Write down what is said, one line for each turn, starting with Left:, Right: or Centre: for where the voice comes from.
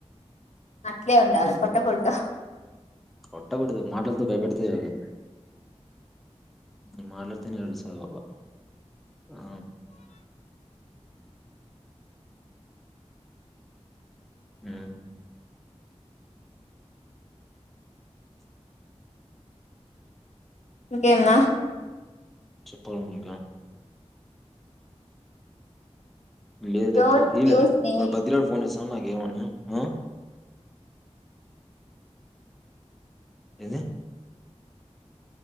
Left: అట్లే ఉండాలి కొట్టకూడదు
Centre: కొట్టకుడుదు మాట్లాలతో భయపడితే చాలు నే మాట్లాడితేనే ఏడుస్సాది ఆ పాప ఆ. మ్మ్
Left: ఇంకేం న్నా
Centre: చెప్పాలి మీరే లేదు
Left: డోంట్
Centre: ఇప్పుడు తీయలా
Left: యూస్ నేమ్స్
Centre: వాడు బద్రి గాడు ఫోన్ జేసే అవున్ నాకేమన్యావ్ ఆ ఏంది